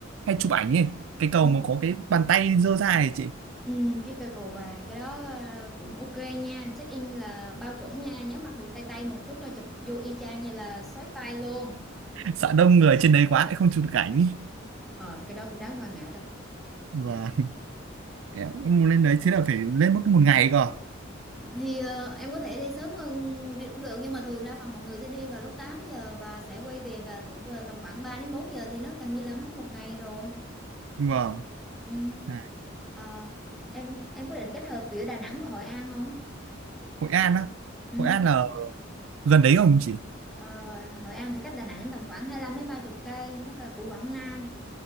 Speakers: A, on the right; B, in the centre.
A: hay chụp ảnh ấy cái cầu
B: ừ,
A: mà có cái bàn tay giơ ra ấy chị
B: ừ, cái cây cầu vàng cái đó ờ, cũng ok nha check in là bao chuẩn nha nhớ mặc đồ tay tay một chút là chụp vô y chang như là xoáy tay luôn
A: sợ đông người trên đấy quá lại không chụp được ảnh
B: ờ cái đó cũng đáng quan ngại đó
A: và em cũng muốn lên đấy thế là phải lên mất một ngày cơ
B: thì ờ, em có thể đi sớm hơn đi cũng được nhưng mà thường đa phần mọi người sẽ đi vào lúc 8 giờ và sẽ quay về vào tức ờ, tầm khoảng ba đến bốn giờ thì nó gần như là mất một ngày rồi
A: vâng
B: ừ.
A: À,
B: Ờ, em em có định kết hợp giữa Đà Nẵng và Hội An không
A: Hội An á
B: ừ.
A: Hội An là gần đấy không chị
B: Ờ, Hội An thì cách Đà Nẵng tầm khoảng hai lăm đến 30 cây nó là của Quảng Nam